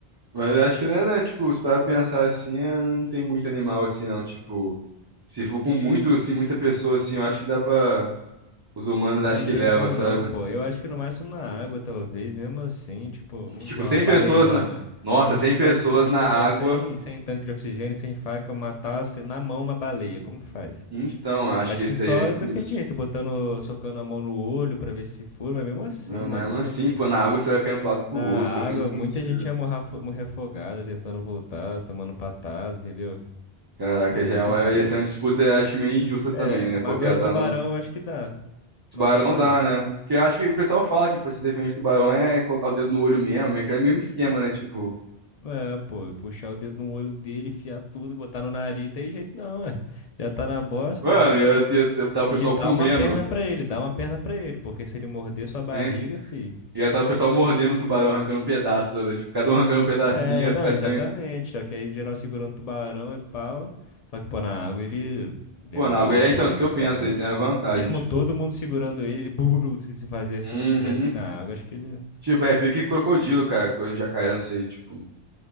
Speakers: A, on the right; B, on the left.
A: Mas acho que não é, né, tipo, se parar pra pensar assim, é, não tem muito animal assim, não. Tipo, se for com muito, assim, muita pessoa assim, eu acho que dá pra. Os humanos
B: Né,
A: acho
B: não
A: que
B: tem
A: leva,
B: como
A: sabe?
B: não, pô. Eu acho que no máximo na água, talvez, mesmo assim, tipo, vamos
A: Tipo,
B: dizer, uma
A: 100
B: baleiona.
A: pessoas na. Nossa,
B: Como
A: 100
B: que
A: pessoas
B: vai 100
A: na
B: pessoas
A: água.
B: sem, sem tanque de oxigênio, sem faca, matar sem- na mão uma baleia? Como que faz?
A: Então, eu acho
B: Acho
A: que isso
B: que só
A: aí é difícil.
B: daquele jeito, botando, socando a mão no olho pra ver se fura, mas mesmo assim,
A: Não,
B: mano,
A: mas mesmo
B: que
A: assim,
B: loucura.
A: pô, na água você vai ficando pro lado e
B: Na
A: pro outro,
B: água,
A: é impossível.
B: muita gente ia morrer, afo- morrer afogada, tentando voltar, tomando patada, entendeu?
A: Caraca,
B: É muito
A: já é
B: difícil.
A: uma, ia ser uma disputa, eu acho que meio injusta
B: É,
A: também, né?
B: mas
A: Porque
B: agora
A: ela
B: o
A: tá
B: tubarão
A: no.
B: eu acho que dá.
A: Tubarão
B: Não acha, não?
A: dá, né? Porque eu acho que o pessoal fala que pra se defender do tubarão é colocar o dedo no olho mesmo, é aquele mesmo esquema, né? Tipo,
B: É, pô, puxar o dedo no olho dele, enfiar tudo, botar no nariz, tem jeito não, é. Já tá na bosta.
A: mano, ia, ia, ia tá o pessoal
B: E dá
A: comendo,
B: uma perna pra ele, dá uma perna pra ele, porque se ele morder sua barriga,
A: né?
B: fi.
A: Ia tá o pessoal mordendo o tubarão, arrancando um pedaço, né? Tipo, cada um arrancando um pedacinho,
B: É,
A: ia ficar
B: não, exatamente.
A: sem.
B: Só que aí geral segurando tubarão e pau. Só que, pô, na água ele deve
A: Pô, na
B: dar,
A: água. É,
B: pô,
A: então, isso
B: estrago,
A: que eu penso aí,
B: né?
A: tem a vantagem,
B: Mesmo
A: tipo.
B: todo mundo segurando ele, ele bu, bu, bu, se se fazia assim,
A: Uhum.
B: não fizesse assim na água, acho que ele.
A: Tipo, é pique crocodilo, cara, coisa de jacaré, não sei, tipo,